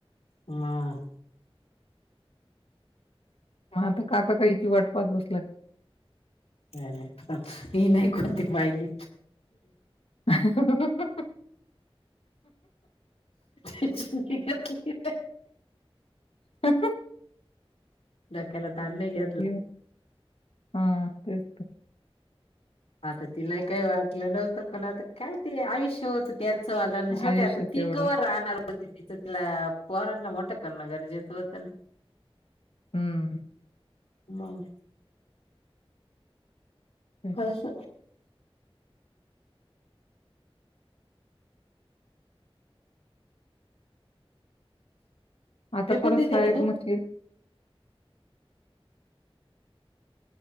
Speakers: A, on the left (about 85°); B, on the left (about 70°).
A: हम
B: हा आता काकाकाहीची वाटपात बसला
A: ऐ नाही पण ही नाही कोणती पाहिली
B: अ हु हु
A: हिचकेही
B: क
A: डोक्याले तान नय गेत
B: ये हा तेच तर
A: आता तिला काही वाटलं नव्हतं पण आता काय ते आयुष्य होत त्यांच वालं शेवटी
B: आयुष्य
A: आता तीिकवर
B: तेवढं.
A: राहणार पण तीच तिथं तिला पहारांना मोठं करणं गरजेचं होतं ना
B: हम्म
A: मग
B: तेच
A: ह
B: तर. आता
A: फेकून
B: परत
A: देते
B: साहेब
A: ना तू
B: म्हटले